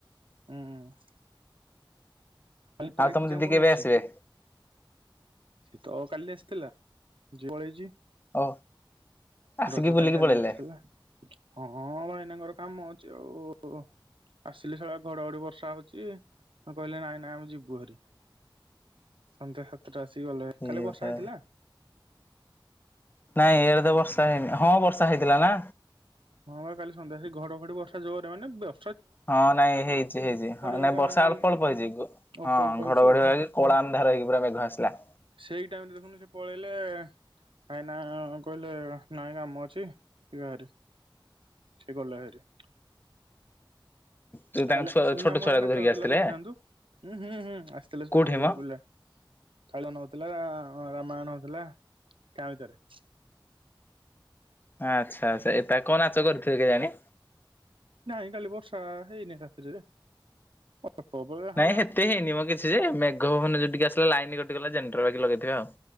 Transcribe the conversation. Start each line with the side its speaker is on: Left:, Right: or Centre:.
Right: ଉୁଁ ଆପାମ
Left: ଆଉ ତମ ଦିଦି
Right: କ
Left: କେବେ
Right: ଅଛି
Left: ଆସିବେ
Right: ସେ ତଉ କାଲି ଆସିଥିଲା ଯ ପଳେଇଛି
Left: ଓ ଆସିକି
Right: ରଜ
Left: ବୁଲିକି
Right: ପାଇଁ କାଲି
Left: ପଳେଇଲେ
Right: ଆସିଥିଲା ହଁ ଭାଇନାଙ୍କର କମ ଅଛି ଆଉ ଆସିଲି ସଆ ଘଡଘଡି ବର୍ଷା ହଉଛି କହିଲେ ନାଇଁ ନାଇଁ ଆମେ ଯିବୁ ଭରି ସନ୍ଧ୍ୟା ସାତଟା ଆସି ଗଲେ
Left: ଇଏ
Right: କାଲି
Left: ବୋପା।
Right: ବର୍ଷା ହେଇଥିଲା
Left: ନାଇଁ ଏଡ ତ ବର୍ଷା ହେଇନି ହଁ ବର୍ଷା ହେଇଥିଲା ନା
Right: ହଁ କାଲି ସନ୍ଧ୍ୟା ଆସିକି ଘଡ଼ ଘଡି ବରସା ଜୋରେ ମାନେ ବ୍ୟ
Left: ହଁ ନାଇଁ ହେଇଚି ହେଇଚି ହଁ
Right: ହକା
Left: ନାଇଁ ବର୍ଷା
Right: ମାରିକି
Left: ଅଳ୍ପ ଅଳ୍ପ ହେଇଚି।
Right: ଅଳ୍ପ
Left: ହଁ
Right: ଅଳ୍ପ
Left: ଘଡଘଡି
Right: ହେଇଛି ଆଉ।
Left: ଭଳିଆ ହେଇକି କଳା ଅନ୍ଧାର ହେଇକି ପୁରା ମେଘ ଆସିଲା।
Right: ସେଇ ଟାଇମରେ ଦେଖୁନୁ ସେ ପଳେଇଲେ, କାଇନା କହିଲେ ନାଇଁ କାମ ଅଛି, ଯିବା ହାରି। <inaudible> ସେ ଗଲା ହାରି <inaudible>
Left: ତୁ
Right: ଆଉ
Left: ତାଙ୍କ
Right: କାଲି
Left: ଛୁଆ
Right: ଆସିଲୁ
Left: ଛୋଟ
Right: ନା ଆମ
Left: ଛୁଆଟାକୁ
Right: ନାଚ
Left: ଧରିକି
Right: ହଉଥିଲା
Left: ଆସିଥିଲେ
Right: ଦେଖିଥାନ୍ତୁ? ହୁଁ ହୁଁ ଆସିଥିଲେ ସେଟୁ
Left: କୋଉଠି ମ
Right: ପିଲା। କାଳୁ ନୋଉଥିଲା ହଁ ରାମାୟଣ ହୋଉଥିଲା। ଗାଁ ଭିତରେ।
Left: ଆଚ୍ଛା ଆଚ୍ଛା ଏ ତା କଅ ନାଚ କରିଥିବ କେଜାଣି?
Right: ନାଇଁ କାଲି ବର୍ଷା ହେଇନେଇଁ ରାତିରେ ରେ। ଅଳ୍ପ ଅଳ୍ପ ହେଲା
Left: ନାଇଁ ସେତେ ହେଇନି ମ କିଛି ଯେ। ମ୍ୟା ମେଘ ପବନ ଯେମିତି ଆସିଲା ଲାଇନ କଟିଗଲା ଜେନେଟର ଆଣିକି ଲଗେଇଥିବେ ଆଉ।